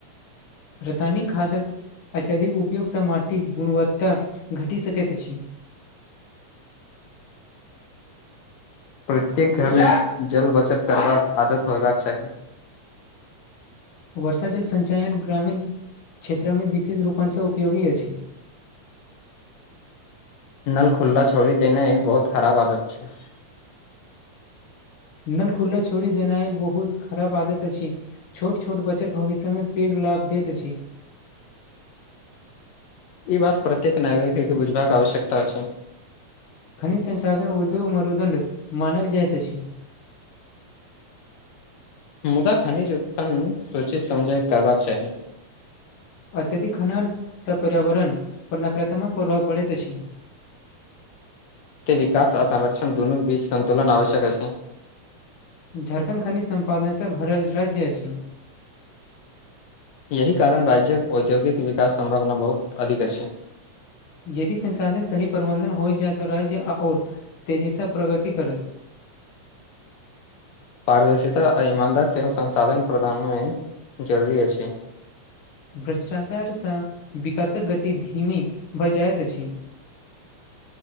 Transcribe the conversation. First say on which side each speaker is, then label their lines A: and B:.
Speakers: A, on the left (about 55°); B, on the left (about 70°).
A: रासायनिक खादक अत्यधिक उपयोगसँ माटिक गुणवत्ता घटि सकैत अछि <inaudible>
B: प्रत्येक घरमे जल बचत करबाक आदत होयबाक चाही
A: वर्षा जल संचयन ग्रामीण क्षेत्रमे विशेष रूपणसँ उपयोगी अछि
B: नल खुल्ला छोड़ी देनाए बहुत खराब आदत छै
A: नल खुल्ला छोड़ी देनाय बहुत खराब आदत अछि छोट छोट बचत भविष्य मे पैघ लाभ दैत अछि
B: ई बात प्रत्येक नागरिक के बुझबाक आवश्यकता छै
A: खनिज संसाधन उद्योग मरुदण्ड मानल जाइत अछि
B: मुदा खनिज उत्पन्न सोचित समझय करबाक चाही
A: अत्यधिक खनन सँ पर्यावरण पर नकारात्मक प्रभाव पड़ैत अछि
B: त विकास आ संरक्षण दुनू बीच संतुलन आवश्यक अछि
A: झारखण्ड खनिज सम्पादन सँ भरल राज्य अछि
B: यही कारण राज्यक औद्योगिक विकास सम्भावना बहुत अधिक अछि
A: यदि संसाधन सही प्रबन्धन होइ जाय त राज्य ओर तेजी सँ प्रगति करत
B: पारदर्शिता आ ईमानदार सेहो संसाधन प्रदान मे जरूरी अछि
A: भ्रष्टाचारसँ विकासक गति धीमी भ जाइत अछि